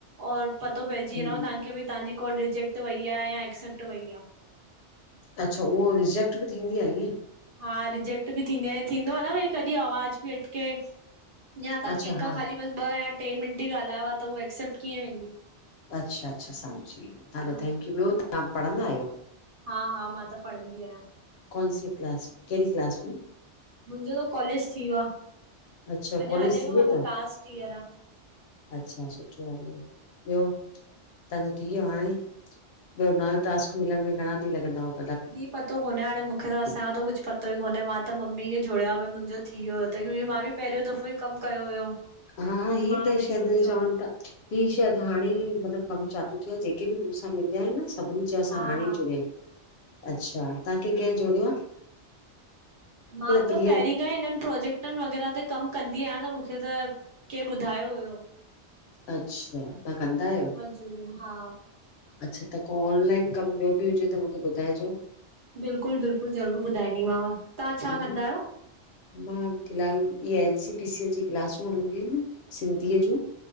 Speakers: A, on the right (about 50°); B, on the left (about 70°).
A: और पतो पइजी
B: हम
A: वें तव्हांखे भई तव्हांजी। को रिजेक्ट वेई आहे या एक्सेप्ट वई आ।
B: अच्छा उहो रिजेक्ट बि थींदी आहे ईअं।
A: हा रिजेक्ट बि थींदी आहे थींदो आहे न भई कॾहिं आवाज़ बि अटके। या तव्हां
B: अच्छा
A: कंहिंख
B: हा
A: खां ख़ाली बस ॿ या टे मिंट ई ॻाल्हायो त हूहा एक्सेप्ट कीअं वेंदी।
B: अच्छा अच्छा सम्ी वियम हलो
A: ईअं
B: थैंक्यू ॿियो तव्हां पढ़ंदा आहियो।
A: हा हा मां त पढ़ंदी आहियां।
B: काेन सी क्लास कहिड़ी क्लास में?
A: मुंहिंजो त कॉलेज थी वियो आहे
B: अच्छा
A: अने
B: कॉलेज
A: हले
B: थी
A: पियो
B: वियो
A: मतिलब
B: अथव
A: लास्ट ईयर आ।
B: अच्छा सुठो आहेलो ॿियो तव्हांजो थी वियो हाणे? ॿियो नओं टास्क मिलण में घण ॾींहं लॻंद?
A: ही पत -- पतो कोन्हे हाणे त असां जो त कुझु पतो ई कोन्हे, मां त मम्मी खे जोड़यो आ भई, मुंहिंजो थी वियो यो त क्योकी मां बि पहिरियों दफ़ो ई कमु कयो हुयो।
B: हा हा, ही
A: मां
B: त
A: भई
B: शायद
A: सोचियो
B: चंवन ता ही शायद हाणे ई मतलबु कमु चालू थियो आ, जेके बि मूंसां मिलिया आहिन न सभिनी चयो असां
A: हा
B: हाणे
A: हा
B: ई जुड़िया यूं अच्छा तव्हांखे कंहिं जुड़ियो आहे मूंखे
A: मां
B: प्रिया
A: त पहिरीं हिननि प्रोजेक्टनि वग़ैरह ते कमु कंदी आहियां त मूंखे त कं ॿुधायो हुयो।
B: अच्छा तहां कंदा आहियो।
A: स्टूडियोम, हा।
B: अच्छा त को ऑनलाइन कमु ॿियो बि हुजे त मूंखे ॿुधाइजो।
A: बिल्कुलु बिल्कुलु, ज़रूरु ॿुधाईंदी मांव, तहां छा
B: हा न
A: कंदा आहियो?
B: मां फ़िलहाल इहे N C P C L जी क्लासूं हलंदी आइन न सिंधीअ जूं